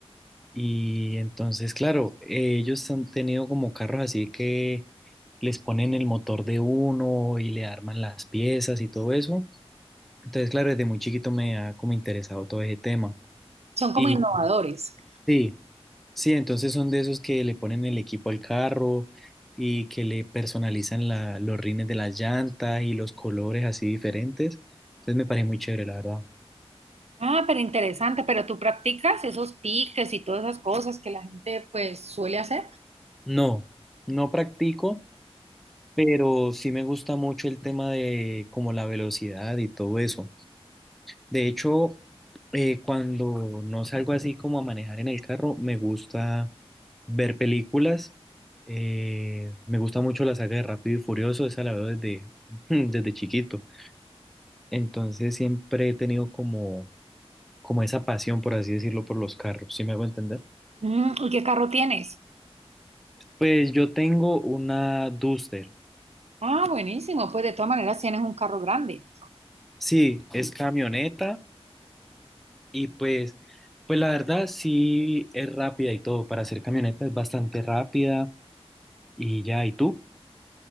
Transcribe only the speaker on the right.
son como
innovadores.
Ah, pero interesante, pero tú practicas esos piques y todas esas cosas que la gente pues suele hacer.
Mm, ¿y qué carro tienes?
Ah, buenísimo, pues de todas maneras tienes un carro grande.